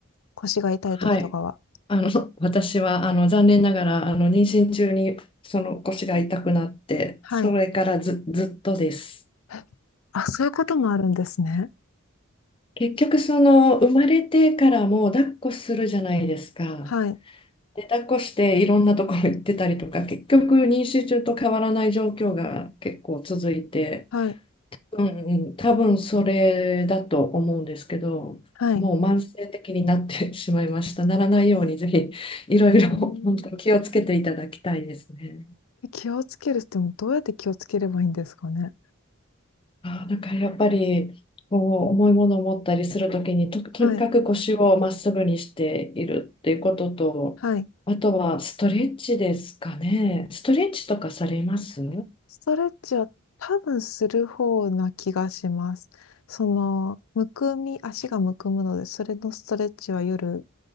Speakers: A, on the left; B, on the left.
A: 腰が痛い時とかは。
B: はい。あの、<laughs> 私は、あの、残念ながら、あの、妊娠中に、その腰が痛くなって、
A: はい。
B: それからず、ずっとです。
A: えあ、そういうこともあるんですね。
B: 結局、その、生まれてからも、抱っこするじゃないですか。
A: はい。
B: で、抱っこして、いろんなところ行ってたりとか、結局、妊娠中と変わらない状況が結構続いて、
A: はい。
B: うんうん、多分それだと思うんですけど、
A: はい。
B: もう慢性的になってしまいました。ならないように、
A: あ
B: ぜひ、いろいろ、
A: へえー
B: 本当気をつけていただきたいですね。
A: 気をつけるってもどうやって気をつければいいんですかね。
B: あー、なんかやっぱりこう重いものを持ったりするときにと、とにかく腰をまっすぐにしているっていうことと、
A: はい。はい。
B: あとはストレッチですかね。ストレッチとかされます
A: ストレッチは多分する方な気がします。その、むくみ、足がむくむので、それのストレッチは夜、